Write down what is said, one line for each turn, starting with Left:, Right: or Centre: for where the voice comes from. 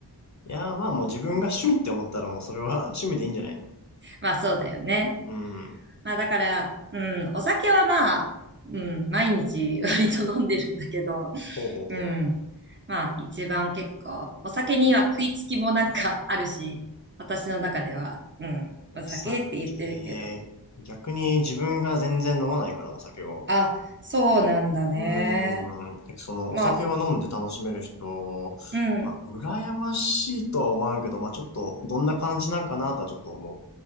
Left: いやーまあもう自分が趣味って思ったらもうそれは <laughs> 趣味でいいんじゃないの
Right: <laughs> まあそうだよね。
Left: うん。
Right: まあだから、うん、お酒はまあ、うん、毎日 <laughs> 割と飲んでるんだけど、
Left: ほうほうほう。
Right: うん。まあ一番結構、お酒には食いつきもなんかあるし、私の中では、うん、
Left: お酒。
Right: お酒って言ってるけど。
Left: 逆に自分が全然飲まないから、お酒を。
Right: あ、そうなんだね。
Left: うーん。でその、
Right: まあ、
Left: お酒を飲んで楽しめる人、
Right: うん、
Left: まあ、羨ましいとは思わんけど、まあ、ちょっと、どんな感じなんかなとはちょっと思